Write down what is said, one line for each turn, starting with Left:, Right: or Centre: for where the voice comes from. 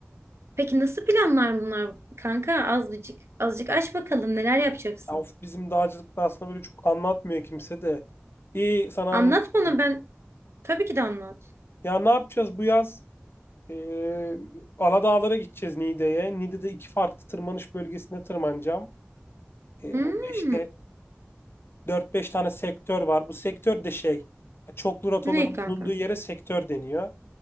Right: Peki nasıl planlar bunlar kanka? Azıcık azıcık aç bakalım neler yapacaksın?
Left: Ya Of bizim dağcılıkta aslında böyle çok anlatmıyor kimse de. İyi sana
Right: Anlat
Left: anlatıyorum.
Right: bana ben tabii ki de anlat.
Left: Ya ne yapacağız bu yaz? Ee, Aladağlara gideceğiz Niğde'ye. Niğde'de iki farklı tırmanış bölgesinde tırmanacağım. Ee,
Right: Hmm,
Left: burada işte dört beş tane sektör var. Bu sektör de şey, çoklu rotaların
Right: ne kanka?
Left: bulunduğu yere sektör deniyor.